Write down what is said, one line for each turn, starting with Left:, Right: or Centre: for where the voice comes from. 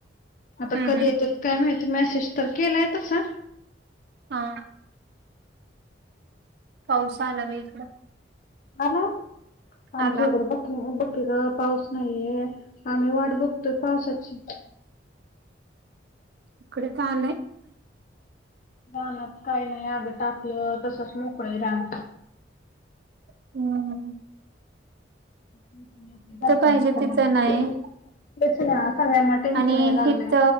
Left: आता
Right: हम्म
Left: कधी
Right: हम्म
Left: येत्यात
Right: हम्म
Left: काय माहिती, मेसेज तर केलाय तसा.
Right: हो. पावस आला बाई इकडं.
Left: आला, आमच्याइकड
Right: आला
Left: <unintelligible> बघ कि ग पाऊस नाहीये, आम्ही वाट बघतोय पावसाची.
Right: इकडे त आलाय.
Left: रानात काय नाही आग टाकलं, तसच मोकळे रान.
Right: हं, हं.
Left: <unintelligible>
Right: पाहिजे तिथं नाही
Left: तेच ना सगळ्यांना टेन्शन
Right: आणि
Left: याय लागले
Right: हित,